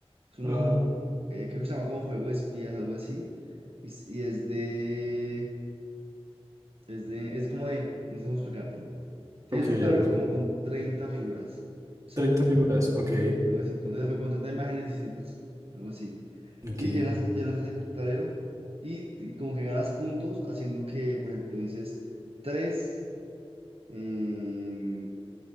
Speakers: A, on the right; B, on the right.
A: Es uno,
B: Ajá.
A: eh, creo que se llama como juego de espías, algo así. Y, es y es de, es de, es como de, no sé cómo explicártelo. Tienes
B: Ok,
A: un
B: a
A: tablero
B: ver.
A: como con 30 figuras, ¿sí?
B: 30 figuras, ok,
A: Algo así, con treinta fi- con 30 imágenes distintas, algo así.
B: ok,
A: y llenas, llenas el tablero y ti- como que ganas puntos haciendo que, por ejemplo, dices tres, em,